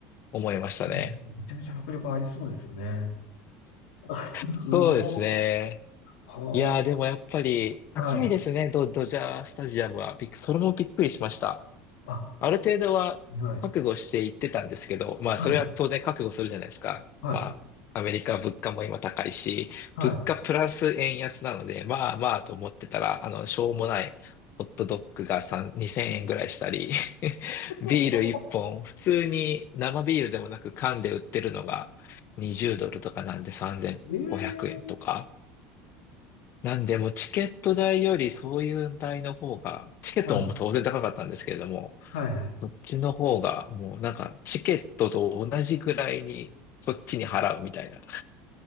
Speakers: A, on the left (about 50°); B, on the left (about 85°).
A: 思いましたね。
B: うんめちゃめちゃ迫力ありそうですよね。<laughs>
A: そうですね。
B: すごい。は
A: いやーでもやっぱり高いですね、
B: あ、はい。
A: ド、ドジャースタジアムは。びっくそれもびっくりしました。
B: あ、
A: ある程度は覚悟していってたんですけど、
B: はい。
A: まあそれは当然覚悟するじゃないですか。
B: はい。はい。
A: まあアメリカ物価も今高いし、
B: はい。
A: 物価プラス円安なので、まあまあと思ってたら、あの、しょうもないホットドッグが3、2000円ぐらいしたり、<laughs>
B: <laughs>
A: ビール1本、普通に生ビールでもなく缶で売ってるのが20ドルとかなんで3500円とか、
B: ええ
A: なんで、もうチケット代よりそういう代の方が、チケットも当然高かったんですけれども、
B: はい。はい。はい。
A: そっちの方が、もうなんか、チケットと同じぐらいに、そっちに払うみたいな。